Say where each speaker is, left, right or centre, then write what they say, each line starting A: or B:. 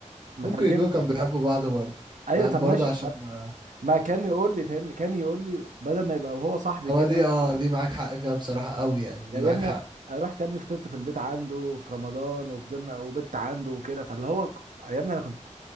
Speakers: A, on the right; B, on the right.
A: ما
B: ممكن
A: ترجمتش
B: يكونوا كانوا بيحبوا
A: بقى
B: بعض برضه
A: ايوه
B: فاهم
A: طب
B: برضه
A: ماشي
B: عشان
A: خ-
B: ما
A: ما كان يقول لي فاهمني كان يقول لي بدل ما يبقى وهو صاحبي
B: هو
A: كده
B: دي اه دي معاك حق فيها بصراحة قوي يعني
A: يعني
B: دي معاك
A: يا ابني
B: حق
A: رحت يا ابني فطرت في البيت عنده في رمضان وفضلنا وبت عنده وكده فاللي هو ك- يا ابني انا كنت